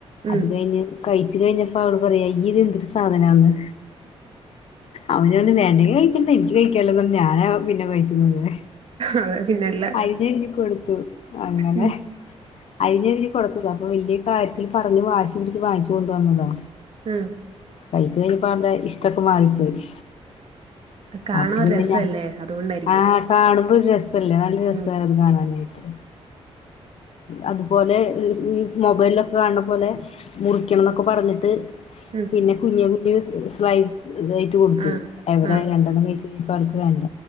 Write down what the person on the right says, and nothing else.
ഉം
അതെ പിന്നല്ല
ഉം
ഉം.
കാണാൻ
ഒരു
രസല്ലേ
അതുകൊണ്ടായിരിക്കും
ഉം
ഉം.
ആഹ്
ആഹ്